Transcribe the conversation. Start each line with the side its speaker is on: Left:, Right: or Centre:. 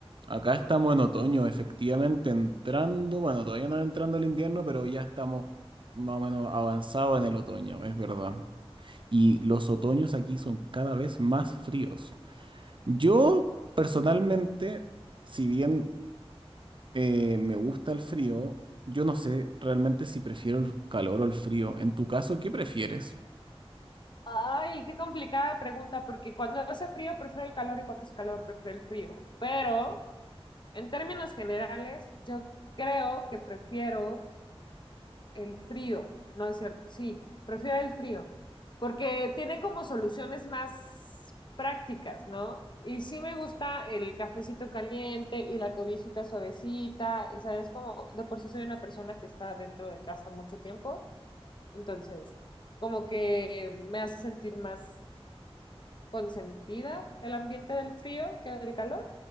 Right: Acá estamos en otoño, efectivamente entrando, bueno, todavía no entrando el invierno, pero ya estamos más o menos avanzados en el otoño, es verdad. Y los otoños aquí son cada vez más fríos. Yo, personalmente, si bien eh, me gusta el frío, yo no sé realmente si prefiero el calor o el frío. En tu caso, ¿qué prefieres?
Left: Ay, qué complicada pregunta, porque cuando hace frío prefiero el calor y cuando hace calor prefiero el frío. Pero en términos generales, yo creo que prefiero El frío, no es cierto. Sí, prefiero el frío, porque tiene como soluciones más prácticas, ¿no? Y sí me gusta el cafecito caliente y la cobijita suavecita, y sabes, como de por sí soy una persona que está dentro de casa mucho tiempo, entonces como que me hace sentir más consentida el ambiente del frío que del calor.